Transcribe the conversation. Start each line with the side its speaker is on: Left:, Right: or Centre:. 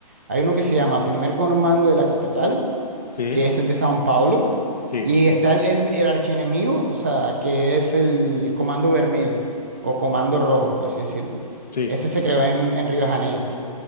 Right: Hay uno que se llama Primer Comando de la Capital
Left: sí,
Right: que es el de Sao Paulo,
Left: sí,
Right: y está el, el, el archienemigo, o sea, que es el Comando Vermelho o Comando Rojo, por así decirlo.
Left: sí.
Right: Ese se creó en, en Río de Janeiro.